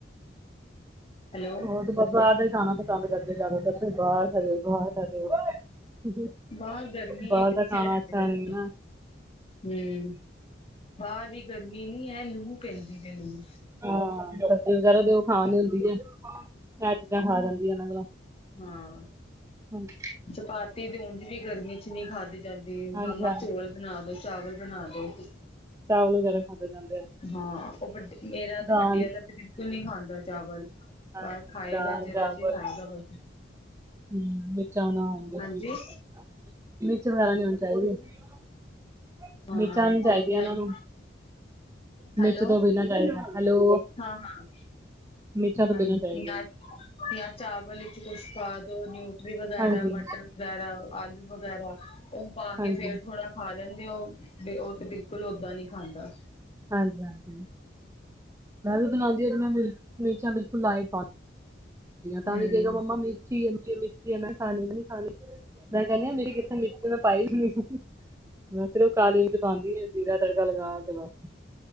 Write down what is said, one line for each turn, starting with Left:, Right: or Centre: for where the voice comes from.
Left: ਹੈਲੋ
Right: ਹੋਰ ਤੇ ਬਸ ਬਾਹਰ ਦਾ ਖਾਣਾ ਪਸੰਦ ਕਰਦੇ। ਦਾਸੀਂ ਬਾਹਰ ਜਾ ਜਾਓ -ਬਾਹਰ ਜਾਓ।
Left: ਬਾਹਰ ਗਰਮੀ
Right: ਬਾਹਰ
Left: ਹੈ ਕਿੱਥੇ
Right: ਦਾ ਖਾਣਾ
Left: ਲੈ
Right: ਅੱਛਾ
Left: ਕੇ ਜਾਣਾ
Right: ਨਹੀਂ ਨਾ।
Left: ਹੂੰ ਬਾਹਰ ਵੀ ਗਰਮੀ ਨਹੀਂ। ਹੈ ਲੂ ਪੈਂਦੀ ਹੈ ਮੈਨੂੰ
Right: ਹਾਂ ਸਬਜ਼ੀ ਵਗੈਰਾ ਤੇ ਉਹ ਖਾ ਨੀ ਹੁੰਦੀ ਆ। ਇਹਰ ਚੀਜ਼ਾਂ ਖਾ ਜਾਂਦੀਆਂ ਇਹਨਾਂ ਕੋਲੋਂ।
Left: ਹਾਂ।
Right: ਹਾਂਜੀ।
Left: ਚਪਾਤੀ ਦੀ ਉੂੰਜ ਵੀ ਗਰਮੀ ਚ ਨ ਖਾਧੀ ਜਾਂਦੀ।
Right: ਹਾਂਜੀ
Left: ਮਾਮਾ
Right: ਹਾਂ
Left: ਚੋਲ ਬਣਾ ਦਿਓ ਚਾਵਲ ਬਣਾ ਦਿਓ ਹੀ।
Right: ਚਾਵਲ ਵਗੈਰਾ ਖਾਂਦੇ ਜਾਂਦੇ ਆ।
Left: ਹਾਂ ਉਹ ਵੱਡੇ ਮੇਰਾ ਤੇ
Right: ਦਾਲ
Left: ਵੱਡੇ ਵਾਲਾ ਤੇ ਬਿਲਕੁਲ ਨਹੀਂ। ਖਾਂਦਾ ਚਾਵਲ
Right: ਹਾਂਜੀ
Left: ਬਸ ਖਾਏਗਾ।
Right: ਦਾਲ
Left: ਜਰਾ
Right: ਚਾਵਲ
Left: ਜੀ ਖਾਏਗਾ ਬਸ
Right: ਹਮ ਮਿਰਚਾਂ ਨਾ ਹੋਨ <unintelligible>
Left: ਹਾਂਜੀ
Right: ਮਿਰਚ ਵਗੈਰਾ ਨੀ ਹੋਣੀ ਚਾਹੀਦੀ। <unintelligible> ਹੋਨੀ
Left: ਹਾਂ
Right: ਚਾਹੀਦੀਆਂ
Left: ਯਾਨੀ
Right: ਇਹਨਾਂ ਨੂੰ
Left: ਹੈਲੋ
Right: ਮਿਰਚ ਤੋਂ ਬਨਾਂ ਚਦਾ ਹੈਲੋ।
Left: ਹਾਂ ਹਾਂ
Right: ਮਿਰਚਾਂ ਤੋਂ
Left: ਹਾਂਜੀ।
Right: ਬਿਨਾਂ ਚਾਹੀਦੀ
Left: ਜਾਂ
Right: ਇਹਨਾਂ ਨੂੰ
Left: - ਜਾਂ ਚਾਵਲ ਵਿੱਚ ਕੁਛ ਖਾ ਦੋ ਨਿਊਟਰੀ ਵਗੈਰਾ
Right: ਹਾਂਜੀ,
Left: ਮਟਰ ਵਗੈਰਾ ਆਲੂ ਵਗੈਰਾ। ਉਹ ਪਾ
Right: ਹਾਂਜੀ,
Left: ਕੇ ਫੇਰ ਥੋੜਾ ਖਾ ਲੈਂਦੇ ਹੋ। 'ਤੇ ਉਹ 'ਤੇ ਬਿਲਕੁਲ ਓਦਾਂ ਨੀ ਖਾਂਦਾ।
Right: ਹਾਂਜੀ - ਹਾਂਜੀ। ਮੈਂ ਵੀ ਬਣਾਉਂਦੀ ਹ। ਮੈਂ ਮਿਰਚਾਂ ਬਿਲਕੁਲ ਲਾਈ ਤਾਂ
Left: ਹਮ
Right: ਵੀ ਕ ਮੰਮਾ ਮਿੱਠੀ ਹੈ ਮਠੀਏ। ਮੈਂ ਖਾਣੀ ਵੀ ਨੀ ਖਾਣੀ ਮੈਂ ਕਹਿੰਦੀ ਮੇਰੀ। ਕਿਸੇ ਮਿੱਟੀ ਮੈਂ ਪਾਈ ਵੀ ਨੀ। ਮੈਂ ਫਿਰ ਕਾਲੀ 'ਚ ਪਾਂਦੀ ਏ। ਗਾ ਤੜਕਾ ਲਗਾ ਕਿਲ।